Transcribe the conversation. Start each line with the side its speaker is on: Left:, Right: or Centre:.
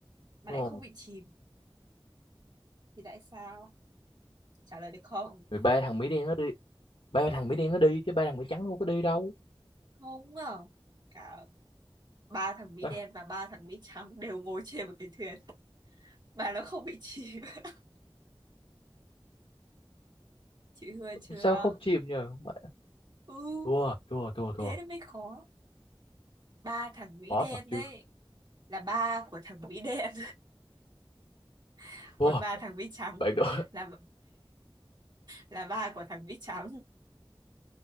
Right: mà
Left: Ừ.
Right: lại không bị chìm thì tại sao trả lời được không
Left: mười ba thằng Mỹ đen nó đi ba thằng Mỹ đen nó đi chứ ba thằng Mỹ trắng không có đi đâu
Right: không à cả ba thằng Mỹ
Left: Ờ,
Right: đen và ba thằng Mỹ trắng đều ngồi trên một cái thuyền mà nó không bị chìm <laughs> chị thua chưa
Left: sao không chìm nhờ Mà-
Right: ừ
Left: thua thua thua thua
Right: thế nó mới khó ba thằng Mỹ
Left: khó
Right: đen
Left: thật
Right: đấy
Left: chứ
Right: là ba của thằng Mỹ đen <laughs>
Left: thua
Right: còn ba thằng Mỹ trắng
Left: bạn đố <laughs>
Right: là là ba của thằng Vít Trắng